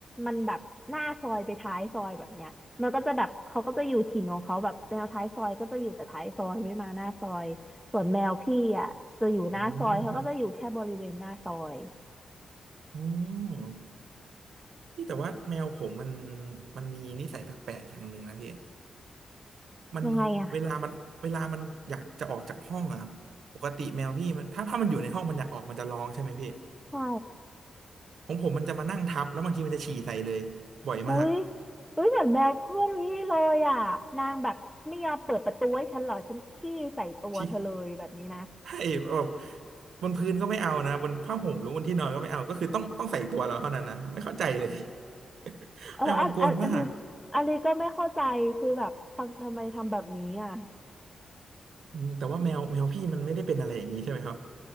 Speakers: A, in the centre; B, on the right.
A: มันแบบหน้าซอยไปท้ายซอยแบบเนี้ยมันก็จะแบบเขาก็จะอยู่ถิ่นของเขาแบบแนวท้ายซอยก็จะอยู่แต่ท้ายซอยไม่มาหน้าซอยส่วนแมวพี่อะจะอยู่หน้าซอยเขาก็จะอยู่แค่บริเวณหน้าซอย
B: อืมครับ อืมพี่แต่ว่าแมวผมมันมันมีนิสัยแปลกๆอย่างหนึ่งนะพี่มันเวลามันเวลามันอยากจะออกจากห้องอะ
A: ยังไงอะ
B: ปกติแมวพี่มันถ้าถ้ามันอยู่ในห้องมันอยากออกมันจะร้องใช่ไหมพี่
A: ใช่
B: ของผมมันจะมานั่งทับแล้วบางทีมันจะฉี่ใส่เลยบ่อยมาก
A: อุ้ยอุ้ยเหมือนแมวเพื่อนพี่เลยอะนางแบบไม่ยอมเปิดประตูให้ฉันหรอฉันขี้ใส่ตัวเธอเลยแบบนี้นะ
B: ฉี่ให้แบบบนพื้นก็ไม่เอานะบนผ้าห่มหรือบนที่นอนก็ไม่เอาก็คือต้องต้องใส่ตัวเราเท่านั้นนะไม่เข้าใจเลย <laughs>
A: เอออันอันอันนี้
B: แมวมันกวนมาก
A: อันนี้ก็ไม่เข้าใจคือแบบทำทำไมทำแบบนี้อะ
B: อืมแต่ว่าแมวแมวพี่มันไม่ได้เป็นอะไรอย่างนี้ใช่ไหมครับ